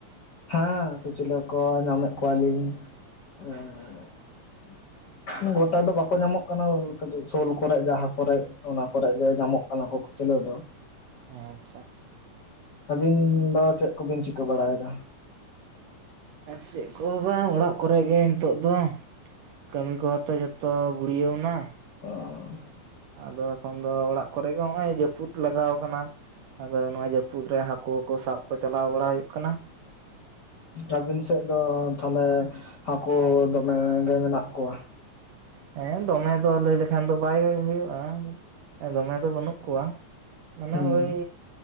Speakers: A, on the left; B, on the right.
A: ᱦᱟᱸ ᱠᱩᱪᱞᱟᱹ ᱠᱚ ᱧᱟᱢᱮᱫ ᱠᱚᱣᱟᱞᱤᱧ᱾ᱮᱸ ᱜᱳᱴᱟ ᱫᱚ ᱵᱟᱠᱚ ᱧᱟᱢᱚᱜ ᱠᱟᱱᱟ, ᱠᱟᱹᱴᱤᱡ ᱥᱳᱞ ᱠᱚᱨᱮ ᱡᱟᱦᱟᱸ ᱠᱚᱨᱮ ᱚᱱᱟ ᱠᱚᱨᱮ ᱜᱮ ᱧᱟᱢᱚᱜ ᱠᱟᱱᱟ ᱠᱚ᱾ ᱪᱮᱞᱚ ᱫᱚ᱾
B: ᱦᱮᱸ ᱟᱪᱪᱷᱟ᱾
A: ᱟᱹᱵᱤᱱ ᱫᱚ ᱪᱮᱫ ᱠᱚᱵᱤᱱ ᱪᱤᱠᱟᱹ ᱵᱟᱲᱟᱭᱮᱫᱟ?
B: ᱪᱮᱫ ᱠᱚ ᱦᱚ ᱵᱟ ᱚᱲᱟᱜ ᱠᱚᱨᱮ ᱜᱮ ᱱᱤᱛᱚᱜ ᱫᱚ᱾ ᱠᱟᱹᱢᱤ ᱠᱚᱦᱚ ᱛᱚ ᱡᱚᱛᱚ ᱜᱩᱲᱤᱭᱟᱹᱣ ᱮᱱᱟ᱾
A: ᱚᱸ
B: ᱟᱫᱚ ᱮᱠᱷᱚᱱ ᱫᱚ ᱚᱲᱟᱜ ᱠᱚᱨᱮ ᱜᱮ ᱚᱜ ᱚᱭ ᱡᱟᱹᱯᱩᱫ ᱞᱟᱜᱟᱣ ᱟᱠᱟᱱᱟ᱾ ᱟᱫᱚ ᱱᱚᱣᱟ ᱡᱟᱹᱯᱩᱫ ᱨᱮ ᱦᱟᱹᱠᱩ ᱠᱚ ᱥᱟᱵ ᱠᱚ ᱪᱟᱞᱟᱣ ᱵᱟᱲᱟ ᱦᱩᱭᱩᱜ ᱠᱟᱱᱟ᱾
A: ᱟᱹᱵᱤᱱ ᱥᱮᱫ ᱫᱚ ᱛᱷᱟᱞᱮ ᱦᱟᱹᱠᱩ ᱫᱚᱢᱮ ᱜᱮ ᱢᱮᱱᱟᱜ ᱠᱚᱣᱟ᱾
B: ᱦᱮᱸ ᱫᱚᱢᱮ ᱫᱚ ᱞᱟᱹᱭ ᱞᱮᱠᱷᱟᱱ ᱫᱚ ᱵᱟᱭ ᱦᱩᱭᱩᱜᱼᱟ, ᱫᱚᱢᱮ ᱫᱚ ᱵᱟᱹᱱᱩᱜ ᱠᱚᱣᱟ, ᱢᱟᱱᱮ
A: ᱦᱩᱸ
B: ᱳᱭ